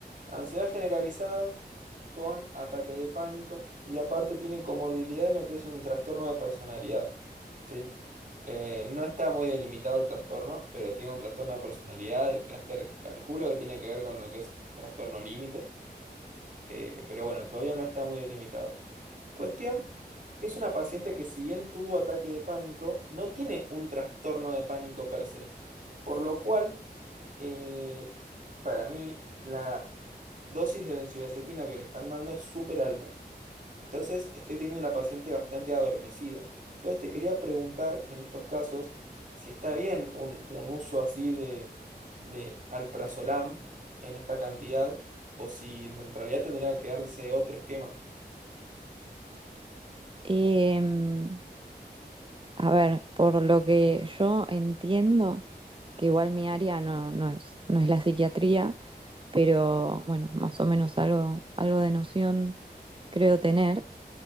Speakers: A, on the right; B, on the right.
A: ansiedad generalizada con ataque de pánico y aparte tiene comorbilidad en lo que es un trastorno de personalidad, ¿sí? Eh, no está muy delimitado el trastorno, pero tiene un trastorno de personalidad, el clúster calculo que tiene que ver con lo que es trastorno límite. Eh, pero bueno, todavía no está muy delimitado. Cuestión que es una paciente que si bien tuvo ataque de pánico, no tiene un trastorno de pánico per se. Por lo cual, eh, para mí, la dosis de benzodiazepina que le están dando es súper alta. Entonces, estoy teniendo una paciente bastante adormecida. Entonces, te quería preguntar en estos casos si está bien un, un uso así de, de alprazolam en esta cantidad o si en realidad tendría que darse otro esquema.
B: Em, A ver, por lo que yo entiendo, que igual mi área no, no es, no es la psiquiatría, pero bueno, más o menos algo, algo de noción creo tener,